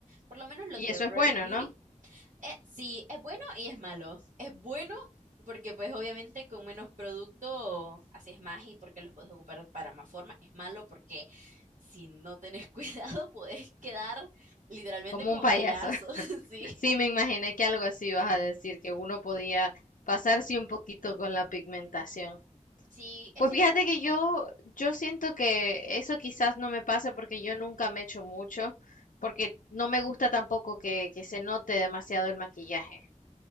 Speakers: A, on the right (about 65°); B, on the left (about 90°).
A: Por lo menos los
B: Y
A: de
B: eso
A: Rare
B: es bueno,
A: Beauty
B: ¿no?
A: eh, sí, es bueno y es malo. Es bueno porque pues obviamente con menos producto haces más y porque los puedes ocupar para más forma. Es malo porque si no tenés <laughs> cuidado puedes quedar literalmente
B: Como
A: como
B: un payaso.
A: payaso.
B: <laughs>
A: <laughs> Sí,
B: Sí, me imaginé que algo así vas a decir, que uno podía pasarse un poquito con la pigmentación.
A: sí, eso
B: Pues fíjate
A: es lo único.
B: que yo, yo siento que eso quizás no me pasa porque yo nunca me echo mucho, porque no me gusta tampoco que, que se note demasiado el maquillaje.